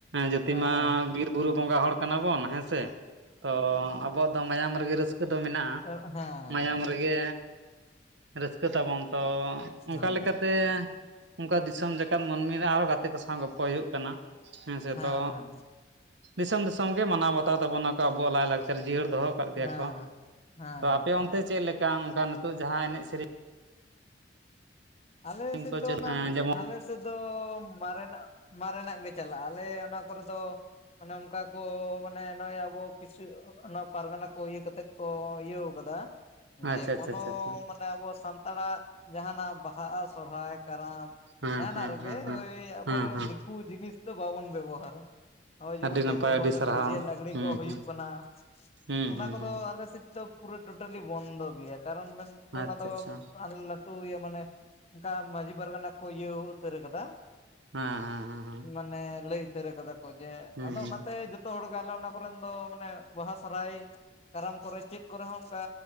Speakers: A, on the right; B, on the left.
A: ᱡᱟᱹᱛᱤ
B: ᱦᱮᱸ
A: ᱢᱟ ᱵᱤᱨ ᱵᱩᱨᱩ ᱵᱚᱸᱜᱟ ᱦᱚᱲ ᱠᱟᱱᱟ ᱵᱚᱱ ᱦᱮᱸ᱾ ᱥᱮ ᱛᱚ ᱟᱵᱚᱣᱟᱜ ᱫᱚ ᱢᱟᱭᱟᱢ ᱨᱮᱜᱮ ᱨᱟᱹᱥᱠᱟᱹ ᱫᱚ ᱢᱮᱱᱟᱜᱼᱟ᱾
B: ᱦᱮᱸ ᱦᱮᱸ
A: ᱢᱟᱭᱟᱢ ᱨᱮᱜᱮ ᱨᱟᱹᱥᱠᱟᱹ ᱛᱟᱵᱚᱱ ᱛᱚ, ᱚᱱᱠᱟ
B: ᱦᱮᱸ
A: ᱞᱮᱠᱟᱛᱮ ᱚᱱᱠᱟ ᱫᱤᱥᱚᱢ ᱡᱟ ᱠᱟᱱ ᱢᱟᱱᱢᱤ ᱨᱮ ᱟᱨᱦᱚᱸ ᱜᱟᱛᱮ ᱠᱚ ᱥᱟᱶ ᱜᱚᱯᱯᱚᱭ ᱦᱩᱭᱩᱜ ᱠᱟᱱᱟ ᱦᱮᱸ ᱥᱮ
B: ᱦᱮᱸ
A: ᱛᱚ ᱫᱤᱥᱚᱢ ᱫᱤᱥᱚᱢ ᱜᱮ ᱢᱟᱱᱟᱣ ᱵᱟᱛᱟᱣ ᱛᱟᱵᱚᱱᱟ ᱠᱚ, ᱟᱵᱚᱣᱟᱜ ᱞᱟᱭᱞᱟᱠᱪᱟᱨ ᱡᱤᱭᱟᱹᱲ ᱫᱚᱦᱚ ᱠᱟᱜ ᱜᱮᱭᱟ
B: ᱦᱮᱸ
A: ᱠᱚ᱾
B: ᱦᱮᱸ
A: ᱛᱚ ᱟᱯᱮ ᱚᱱᱛᱮ ᱪᱮᱫ ᱞᱮᱠᱟ ᱱᱚᱝᱠᱟ ᱱᱤᱛᱚᱜ ᱡᱟᱸᱦᱟᱸ ᱮᱱᱮᱡ ᱥᱤᱨᱤᱧ
B: ᱟᱞᱮ ᱥᱮᱫ
A: ᱠᱚ ᱪᱟᱹᱞᱩ
B: ᱚᱱᱟᱢ
A: ᱡᱮᱢᱚᱱ
B: ᱟᱞᱮᱥ ᱛᱳᱜ ᱫᱚ ᱢᱟᱨᱮᱱᱟᱜ ᱢᱟᱨᱮᱱᱟᱜ ᱜᱮ ᱪᱟᱞᱟᱜᱼᱟ, ᱟᱞᱮ ᱚᱱᱟ ᱠᱚᱨᱮ ᱫᱚ ᱚᱱᱮ ᱚᱱᱠᱟ ᱠᱚ ᱢᱟᱱᱮ ᱱᱚᱜᱼᱚᱭ ᱟᱵᱚ ᱠᱤᱪᱷᱩ ᱚᱱᱟ ᱯᱟᱨᱜᱟᱱᱟ ᱠᱚ ᱤᱭᱟᱹ ᱠᱟᱛᱮᱜ ᱠᱚ ᱤᱭᱟᱹᱣ ᱠᱟᱫᱟ ᱡᱮ
A: ᱟᱪᱪᱷᱟ ᱟᱪᱪᱷᱟ
B: ᱠᱚᱱᱚ
A: ᱟᱪᱪᱷᱟ
B: ᱢᱟᱱ ᱟᱵᱚ ᱥᱟᱱᱛᱟᱲᱟᱜ ᱡᱟᱸᱦᱟᱸᱱᱟᱜ ᱵᱟᱦᱟ, ᱥᱚᱨᱚᱦᱟᱭ, ᱠᱟᱨᱟᱢ,
A: ᱦᱮᱸ
B: ᱡᱟᱸᱦᱟᱸ
A: ᱦᱮᱸ
B: ᱱᱟᱜ ᱨᱮᱜᱮ
A: ᱦᱮᱸ ᱦᱮᱸ
B: ᱳᱭ ᱟᱵᱚ
A: ᱦᱮᱸ
B: ᱡᱮᱢᱚᱱ
A: ᱦᱮᱸ
B: ᱫᱤᱠᱩ ᱡᱤᱱᱤᱥ ᱫᱚ ᱵᱟᱵᱚᱱ ᱵᱮᱵᱚᱦᱟᱨᱟ᱾ ᱱᱚᱜᱼᱭ ᱡᱮᱢᱚᱱ
A: ᱟᱹᱰᱤ
B: ᱛᱮᱦᱮᱧ
A: ᱱᱟᱯᱟᱭ
B: ᱜᱟᱯᱟ
A: ᱟᱹᱰᱤ
B: ᱫᱚ
A: ᱥᱟᱨᱦᱟᱣ
B: ᱰᱤᱡᱮ ᱞᱟᱜᱽᱲᱤ
A: ᱦᱩᱸ
B: ᱠᱚ ᱦᱩᱭᱩᱜ
A: ᱦᱩᱸ
B: ᱠᱟᱱᱟ᱾
A: ᱦᱩᱸ
B: ᱚᱱᱟ
A: ᱦᱩᱸ
B: ᱠᱚᱫᱚ
A: ᱦᱩᱸ
B: ᱟᱞᱮ ᱥᱮᱫ ᱫᱚ ᱯᱩᱨᱟᱹ ᱴᱳᱴᱟᱹᱞᱤ ᱵᱚᱱᱫᱚ ᱜᱮᱭᱟ, ᱠᱟᱨᱚᱱ ᱢᱮᱱ ᱚᱱᱟ
A: ᱟᱪᱪᱷᱟ
B: ᱫᱚ
A: ᱟᱪᱪᱷᱟ
B: ᱞᱟᱴᱩ ᱤᱭᱟᱹ ᱢᱟᱱᱮ ᱚᱱᱠᱟ ᱢᱟᱺᱡᱷᱤ ᱯᱟᱨᱜᱟᱱᱟ ᱠᱚ ᱤᱭᱟᱹᱣ ᱩᱛᱟᱹᱨ ᱟᱠᱟᱫᱟ,
A: ᱦᱮᱸ ᱦᱮᱸ ᱦᱮᱸ ᱦᱮᱸ᱾
B: ᱢᱟᱱᱮ ᱞᱟᱹᱭ ᱩᱛᱟᱹᱨ ᱠᱟᱫᱟ ᱠᱚ ᱡᱮ
A: ᱦᱮᱸ
B: ᱟᱫᱚ ᱚᱱᱟᱛᱮ ᱡᱚ ᱛᱚ ᱦᱚᱲ ᱜᱮ ᱟᱞᱮ ᱚᱱᱟ ᱠᱚᱨᱮᱱ ᱫᱚ ᱢᱟᱱᱮ ᱵᱟᱦᱟ, ᱥᱚᱨᱚᱦᱟᱭ, ᱠᱟᱨᱟᱢ ᱠᱚᱨᱮ ᱪᱮᱫ ᱠᱚᱨᱮ ᱦᱚᱸ ᱚᱱᱠᱟ